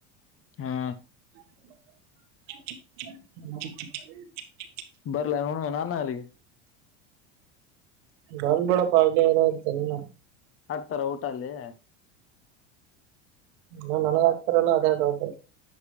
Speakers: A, on the left; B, on the right.
A: ಹಾ.
B: <unintelligible>
A: ಬರ್ಲೇನ್ <unintelligible> ನಾನು ಅಲ್ಲಿಗೆ
B: ಬಂದ್ಬಿಡು ಪಾ ಇಲ್ಲೇ ಇರುವಂತೆ ನೀನು.
A: ಹಾಕ್ತಾರ ಊಟ ಅಲ್ಲಿ.
B: ಹಾ ನನಗ್ ಹಾಕ್ತಾರಲ್ಲ ಅದೇ ಡೌಟು.